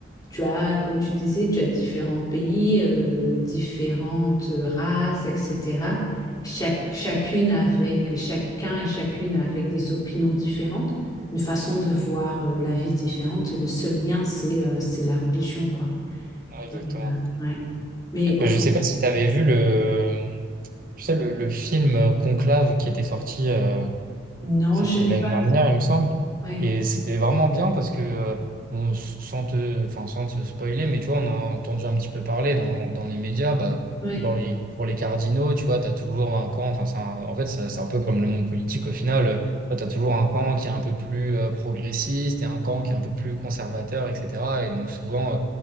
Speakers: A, on the left; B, on the right.
A: tu as, comme tu disais, tu as différents pays, euh, différentes euh, races, etc. Chaque, chacune avec, chacun et chacune avec des opinions différentes, une façon de voir, euh, la vie différente. Le seul lien, c'est euh, c'est la religion, quoi.
B: Ouais, exactement.
A: Et, euh, ouais. Mais ouais.
B: Je sais pas si tu avais vu le, tu sais, le, le film Conclave qui était sorti. euh,
A: non,
B: c'était
A: je l'ai.
B: l'année dernière, il me semble.
A: Ouais.
B: Et c'était vraiment bien parce que, euh, bon, s- sans te, enfin, sans te spoiler, mais tu vois, on en a entendu un petit peu parler dans, dans les médias. Bah,
A: Ouais.
B: dans les, pour les cardinaux, tu vois, tu as toujours un camp. Enfin, c'est un- en fait, ça- c'est un peu comme le monde politique au final. Tu as toujours un camp qui est un peu plus euh, progressiste et un camp qui est un peu plus conservateur, etc. Et donc, souvent, euh,